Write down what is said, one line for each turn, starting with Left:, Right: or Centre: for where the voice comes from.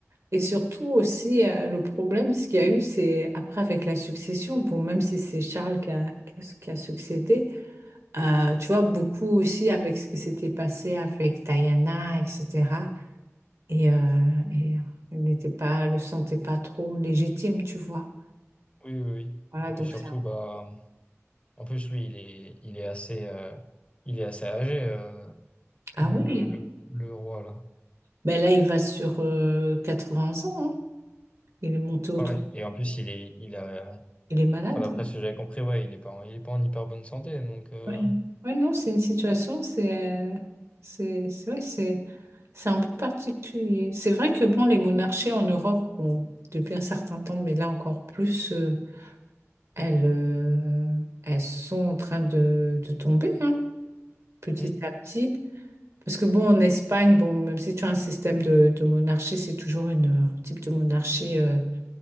Right: Et surtout aussi, euh, le problème, ce qu'il y a eu, c'est après avec la succession, bon, même si c'est Charles qui a, qui a- qui a succédé, euh, tu vois, beaucoup aussi avec ce qui s'était passé avec Diana, etc. Et, euh, et euh, elle n'était pas, elle le sentait pas trop légitime, tu vois.
Left: oui, oui, oui.
Right: Voilà,
Left: Et puis
Right: donc
Left: surtout,
Right: c'est un...
Left: bah, en plus, lui, il est, il est assez, euh, il est assez âgé, euh, le,
Right: Ah oui,
Left: le, le roi, là.
Right: ben là, il va sur euh, 80 ans, hein. Il est monté au
Left: Ouais.
Right: trône.
Left: Et en plus, il est, il a,
Right: Il est malade,
Left: Enfin, d'après
Right: hein.
Left: ce que j'avais compris, ouais, il est pas en, il est pas en hyper bonne santé, donc euh,
Right: Oui, ouais, non, c'est une situation, c'est, c'est, c'est vrai, c'est, c'est un peu particulier. C'est vrai que bon, les monarchies en Europe, bon, depuis un certain temps, mais là encore plus, euh, elles, euh, elles sont en train de, de tomber, hein, petit
Left: hmm.
Right: à petit. Parce que bon, en Espagne, bon, même si tu as un système de, de monarchie, c'est toujours une, un type de monarchie euh,